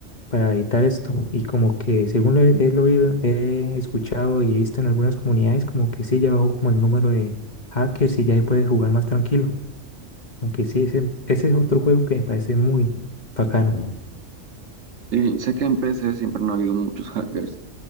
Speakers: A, on the left; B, on the right.
A: para evitar esto. Y como que según lo he, he lo oído- he escuchado y visto en algunas comunidades, como que sí, ya bajó como el número de hackers y ya se puede jugar más tranquilo. Aunque sí, ese, ese es otro juego que me parece muy bacano.
B: Sí, sé que en PC siempre no ha habido muchos hackers